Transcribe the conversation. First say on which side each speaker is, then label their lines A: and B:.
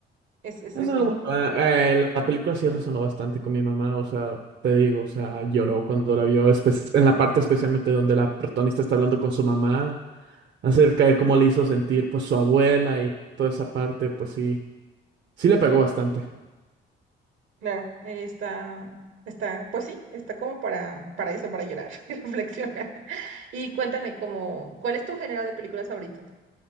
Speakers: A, on the right; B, on the right.
A: es, es
B: Es
A: eso.
B: algo muy- ah, eh, eh, la película sí resonó bastante con mi mamá, o sea, te digo, o sea, lloró cuando la vio, espe- en la parte especialmente donde la protagonista está hablando con su mamá acerca de cómo le hizo sentir, pues, su abuela y toda esa parte, pues sí, sí le pegó bastante.
A: Claro, eh, está, está, pues sí, está como para, para eso, para llorar <laughs> y reflexionar. Y cuéntame, como, ¿cuál es tu género de películas favorito?